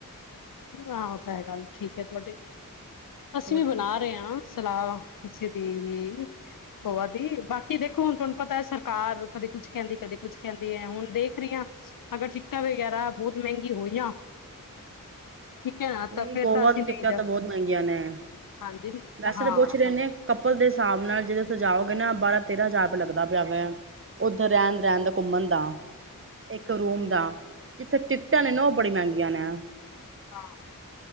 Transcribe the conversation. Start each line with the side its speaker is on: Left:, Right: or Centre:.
Left: ਆਹੋ ਤਾਂ ਹੈ ਗੱਲ ਠੀਕ ਹੈ ਤੁਹਾਡੀੇ ਅਸੀਂ
Right: ਹੋਰ
Left: ਵੀ ਬਣਾ ਰਹੇ ਹਾਂ ਸਲਾਹ ਕਿਸੇ ਦੀ ਹੋਵਾ ਦੀ ਬਾਕੀ ਦੇਖੋ ਹੁਣ ਤੁਹਾਨੂੰ ਪਤਾ ਸਰਕਾਰ ਕਦੇ ਕੁਛ ਕਹਿੰਦੀ ਕਦੇ ਕੁਛ ਕਹਿੰਦੀ ਹੈ ਹੁਣ ਦੇਖ ਰਹੀ ਹ ਅਗਰ ਟਿਕਟਾਂ ਵਗੈਰਾ ਬਹੁਤ ਮਹਿੰਗੀ ਹੋਈਆਂ ਠੀਕ ਹੈ ਨਾ
Right: ਨਹੀਂ
Left: ਤਾਂ ਫੇਿਰ
Right: ਗੋਆ
Left: ਤਾਂ ਅਸੀਂ
Right: ਦੀ
Left: ਨਹੀਂ
Right: ਟਿਕਟਾਂ
Left: ਜਾਓ
Right: ਤਾਂ ਬਹੁਤ ਮਹਿੰਗੀਆਂ ਨੇ
Left: ਹਾਂਜੀ
Right: ਵੈਸੇ
Left: ਹਾਂ
Right: ਤਾਂ ਪੁੱਛ ਰਹੇ ਨੇ ਕਪਲ ਦੇ ਹਿਸਾਬ ਨਾਲ ਜਿਦੋਂ ਜਾਓਗੇ ਨਾ ਬਾਰਾਂ ਤੇਰਾ ਜਾਪ ਲੱਗਦਾ ਪਿਆ ਵਾ ਉੱਧਰ ਰਹਿਣ ਰਹਿਣ ਦਾ ਘੁੰਮਣ ਦਾ ਇੱਕ ਰੂਮ ਦਾ ਜਿੱਥੇ ਟਿਕਟਾਂ ਨੇ ਨਾ ਉਹ ਬੜੀਆਂ ਮਹਿੰਗੀਆਂ ਨੇ
Left: ਹਾਂ